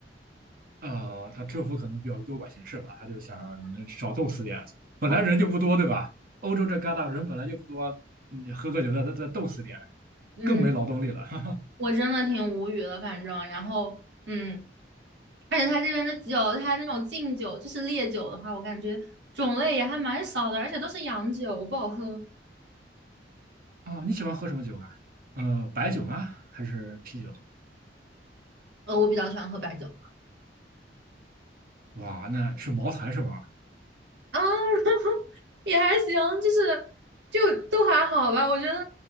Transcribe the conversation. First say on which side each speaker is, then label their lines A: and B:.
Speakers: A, on the right; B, on the right.
A: 呃，他政府可能比较多管闲事吧，他就想让你们少冻死点。本来人就不多，
B: 好吧，
A: 对吧？欧洲这旮沓人本来就不多，你喝个酒再再再冻死点，
B: 嗯，
A: 更没劳动力了。<laughs>
B: 我真的挺无语的，反正，然后，嗯，而且他这边的酒，他那种敬酒，就是烈酒的话，我感觉种类也还蛮少的，而且都是洋酒，不好喝。
A: 哦，你喜欢喝什么酒啊？呃，白酒吗？还是啤酒？
B: 呃，我比较喜欢喝白酒。
A: 哇，那是茅台是吧？
B: 啊，<laughs> 也还行，就是就都还好吧。我觉得